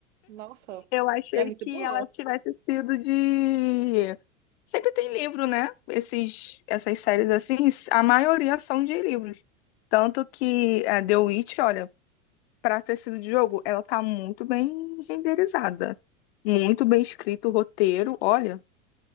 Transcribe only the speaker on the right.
Nossa,
e é muito
boa.